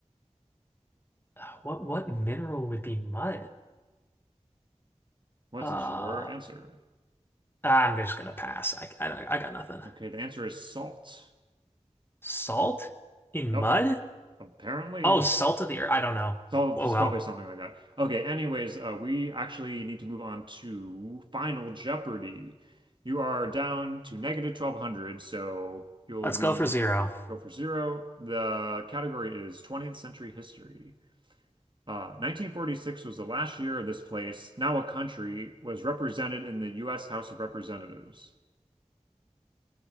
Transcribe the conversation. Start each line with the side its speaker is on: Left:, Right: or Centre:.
Left: uh, what what mineral would be mud?
Right: What
Left: Uh,
Right: is your answer?
Left: I'm just gonna pass. I, I I got nothing.
Right: Okay, the answer is salt.
Left: Salt in
Right: Yep,
Left: mud?
Right: apparently.
Left: Oh, salt of the earth. I don't know.
Right: So
Left: Oh
Right: it's
Left: well.
Right: probably something like that. Okay, anyways, uh, we actually need to move on to Final Jeopardy. You are down to negative 1200, so you'll
Left: Let's
Right: be
Left: go for zero.
Right: go for zero. The category is 20th century history. Uh, 1946 was the last year this place, now a country, was represented in the U.S. House of Representatives.